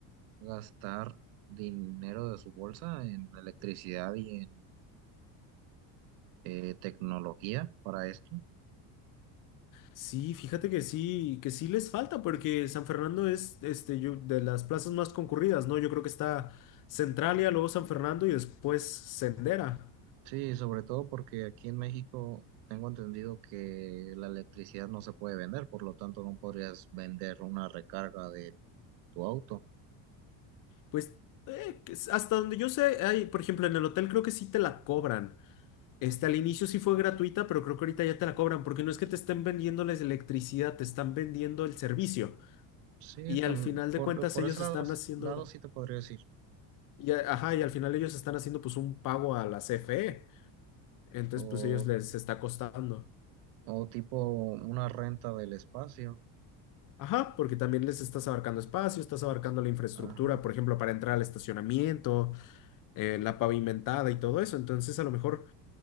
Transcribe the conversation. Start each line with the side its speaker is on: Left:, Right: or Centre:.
Right: gastar dinero de su bolsa en electricidad y en eh, tecnología para esto.
Left: Sí, fíjate que sí, que sí les falta, porque San Fernando es este, yo- de las plazas más concurridas, ¿no? Yo creo que está Centralia, luego San Fernando y después Sendera.
Right: Sí, sobre todo porque aquí en México tengo entendido que la electricidad no se puede vender, por lo tanto no podrías vender una recarga de tu auto.
Left: Pues eh, que es- hasta donde yo sé, hay, por ejemplo, en el hotel creo que sí te la cobran. Este, al inicio sí fue gratuita, pero creo que ahorita ya te la cobran, porque no es que te estén vendiendo la electricidad, te están vendiendo el servicio.
Right: Sí,
Left: Y
Right: tam-
Left: al final
Right: por,
Left: de cuentas
Right: por
Left: ellos
Right: ese lado,
Left: están haciendo,
Right: lado sí te podría decir.
Left: y, a- ajá, y al final ellos están haciendo pues un pago a la CFE. Entonces
Right: O,
Left: pues ellos les está costando.
Right: o tipo una renta del espacio.
Left: Ajá, porque también les estás abarcando espacio, estás abarcando la infraestructura,
Right: Ajá.
Left: por ejemplo, para entrar al estacionamiento, eh, la pavimentada y todo eso. Entonces a lo mejor,